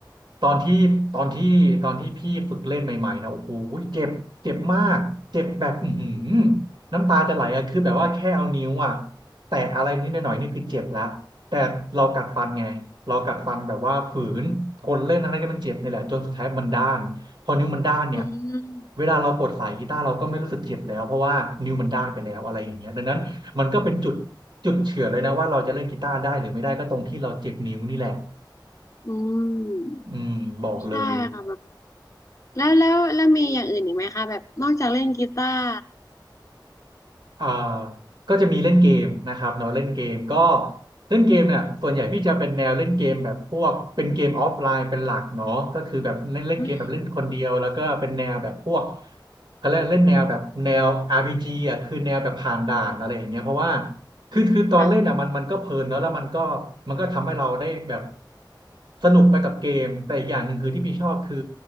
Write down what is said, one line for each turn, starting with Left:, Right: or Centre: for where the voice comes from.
Right: ตอนที่ตอนที่ตอนที่พี่ฝึกเล่นใหม่ๆนะโอ้โหเจ็บเจ็บมากเจ็บแบบอื้อหือ น้ำตาจะไหลอะคือแบบว่าแค่เอานิ้วอะแตะอะไรนิดหน่อยๆนี่คือเจ็บละแต่เรากัดฟันไงเรากัดฟันแบบว่าฝืนทนเล่นอะไรที่มันเจ็บนี่แหละจนสุดท้ายมันด้านพอนิ้วมันด้านเนี่ย
Left: อืม
Right: เวลาเรากดสายกีตาร์เราก็ไม่รู้สึกเจ็บแล้วเพราะว่านิ้วมันด้านไปแล้วอะไรอย่างเงี้ยดังนั้นมันก็เป็นจุดจุดเฉื่อยเลยนะว่าเราจะเล่นกีตาร์ได้หรือไม่ได้ก็ตรงที่เราเจ็บนิ้วนี่แหละ
Left: อืม
Right: อืมบอกเลย
Left: ใช่ค่ะแบบแล้วแล้วแล้วมีอย่างอื่นอีกไหมคะแบบนอกจากเล่นกีตาร์
Right: อ่าก็จะมีเล่นเกมนะครับเนาะเล่นเกมก็เล่นเกมเนี่ยส่วนใหญ่พี่จะเป็นแนวเล่นเกมแบบพวกเป็นเกมออฟไลน์เป็นหลักเนาะก็คือแบบเล่นเล่นเกมแบบเล่นคนเดียวแล้วก็เป็นแนวแบบพวก
Left: อืม
Right: เขาเรียกเล่นแนวแบบแนว RPG อ่ะคือแนวแบบผ่านด่านอะไรอย่างเงี้ยเพราะว่าคือคือตอนเล่นอ่ะมันมันก็เพลินเนาะแล้วมันก็มันก็ทำให้เราได้แบบ
Left: ค่ะ
Right: สนุกไปกับเกมแต่อีกอย่างหนึ่งคือที่พี่ชอบคือ